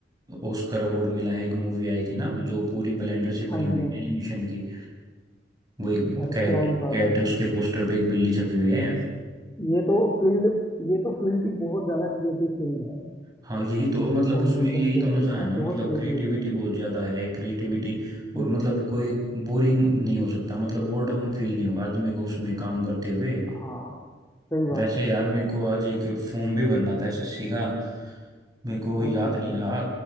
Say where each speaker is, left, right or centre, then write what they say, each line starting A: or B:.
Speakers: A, on the right; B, on the left.
A: ऑस्कर अवार्ड मिला है एक मूवी आई थी ना जो पूरी ब्लेंडर से
B: हाँ
A: बनी हुई
B: जी
A: है
B: हाँ जी
A: एनिमेशन की वो एक
B: अरे
A: कैट
B: क्या ही बात
A: कैट
B: है यार
A: उसके पोस्टर पे एक बिल्ली छपी हुई है
B: ये तो फील्ड ये तो फील्ड ही बहुत ज़्यादा क्रिएटिव फील्ड है
A: हाँ यही तो मतलब
B: एनिमेशन
A: उसमें यही
B: फील्ड
A: तो मजा
B: जो
A: है
B: है
A: ना मतलब
B: बहुत क्रिएटिविटी
A: क्रिएटिविटी
B: वाली
A: बहुत
B: है
A: ज्यादा है क्रिएटिविटी और
B: हम्म
A: मतलब कोई बोरिंग नहीं हो सकता मतलब बोर्डम फील नहीं होगा आदमी को उसमें काम करते हुए
B: हाँ सही बात
A: वैसे
B: है
A: यार
B: सही
A: मेरे
B: बात
A: को आज एक फॉर्म भी भरना था एसएससी का मेरे को वो याद
B: Okay okay
A: नहीं रहा